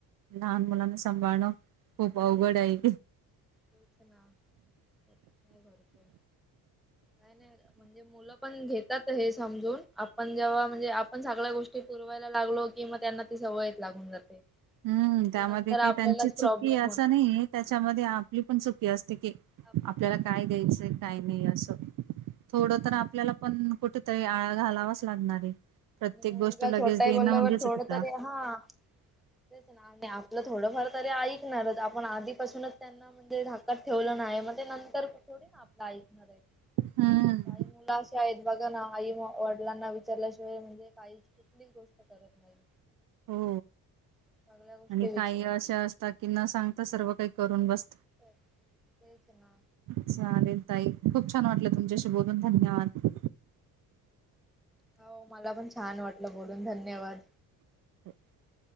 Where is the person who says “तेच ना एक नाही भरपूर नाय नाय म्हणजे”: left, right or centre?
Centre